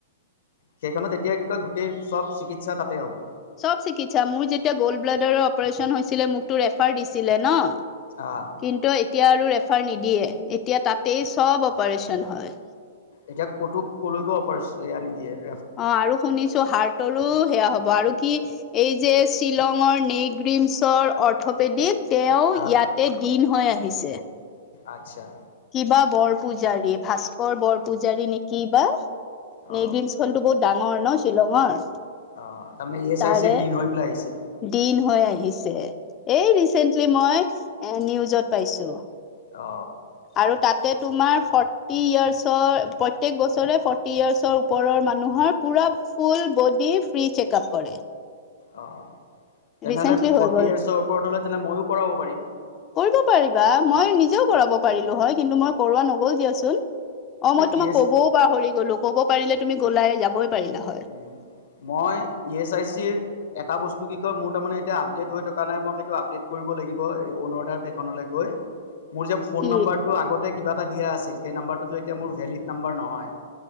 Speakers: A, on the left (about 65°); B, on the left (about 25°).
A: সেইখনত এতিয়া কি কয়, গোটেই চব চিকিৎসা তাতে হ'ব।
B: চব চিকিৎসা মোৰ যেতিয়া গ'ল্ড ব্লাডাৰৰ অপাৰেচন হৈছিলে মোক তো ৰেফাৰ দিছিলে ন।
A: আহ
B: কিন্তু এতিয়া আৰু ৰেফাৰ নিদিয়ে এতিয়া তাতেই চব অপাৰেচন হয়।
A: এতিয়া ক'তো কলৈকে অপাৰেচন আনি দিয়ে।
B: অ'আৰু শুনিছো হাৰ্টৰো সেয়া হব আৰু কি এই যে শ্বিলঙৰ নগিমছৰ অৰ্থপেডিক তেওঁ
A: আহ
B: ইয়াতে দিন হৈ আহিছে।
A: আচ্ছা।
B: কিবা বৰ পূজাৰী, ভাস্কৰ বৰ পূজাৰী নেকি বা।
A: অ
B: নগ্ৰীনছ হলটো বহুত ডাঙৰ ন শ্বিলঙৰ।
A: অ'তাৰমানে ই এছ
B: তাৰে
A: আই চিৰ দিন হৈ পেলাই আহিছে।
B: দিন হৈ আহিছে। এই ৰিচেন্টলি মই এ নিউজত পাইছো।
A: অ
B: আৰু তাত তে তোমাৰ ফৰ্টি ইয়াৰ্চৰ প্ৰতেক বছৰে ফৰ্টি ইয়াৰ্চৰ ওপৰৰ মানুহৰ পুৰা full body free check up কৰে।
A: অ'তেনেহ'লে
B: ৰিচেন্টলি হৈ
A: ফৰ্টি
B: গ'ল
A: ইয়াৰ্চৰ ওপৰত হলে তেনেহলে ময়ো কৰাব পাৰিম।
B: কৰিব মই নিজেও কৰাব পাৰিলো হয়, কিন্তু মই কৰোৱা নগল দিয়াচোন। অ' মই তোমাক
A: ই এছ
B: ক'বও পাহৰি গলো। কব পাৰিলে তুমি গ'লাই যাবই পাৰিলা হয়
A: উম, মই ই এছ আই চি এটা বস্তু কি কয় মোৰ তাৰে এতিয়া আপডে হৈ থকা নাই মই সেইটো আপডে কৰিব লাগিব <unintelligible> খনলে গৈ। মোৰ যে ফোন
B: কি
A: নাম্বাৰটো আগতে কিবা এটা দিয়া আছিল সেই নাম্বাৰটো তু ভেলীদ নাম্বাৰ নহয়।